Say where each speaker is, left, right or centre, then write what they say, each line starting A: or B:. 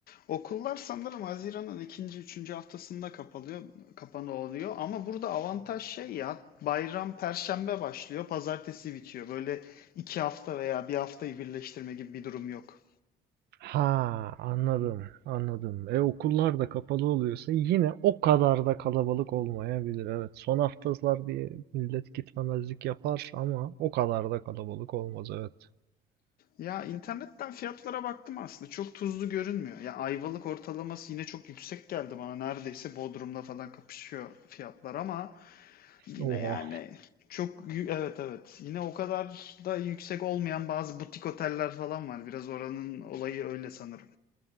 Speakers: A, on the left; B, on the right.
A: Okullar sanırım Haziran'ın ikinci, üçüncü haftasında kapalıyor, kapanıyor oluyor. ama burada avantaj şey ya bayram Perşembe başlıyor, Pazartesi bitiyor. Böyle iki hafta veya bir haftayı birleştirme gibi bir durum yok.
B: Ha anladım anladım. E okullar da kapalı oluyorsa yine o kadar da kalabalık olmayabilir. Evet son haftalar diye millet gitmemezlik yapar ama o kadar da kalabalık olmaz evet.
A: Ya internetten fiyatlara baktım aslında çok tuzlu görünmüyor. Ya Ayvalık ortalaması yine çok yüksek geldi bana. Neredeyse Bodrum'la falan kapışıyor fiyatlar ama yine
B: Oha.
A: yani çok yü- evet evet yine o kadar da yüksek olmayan bazı butik oteller falan var. Biraz oranın olayı öyle sanırım.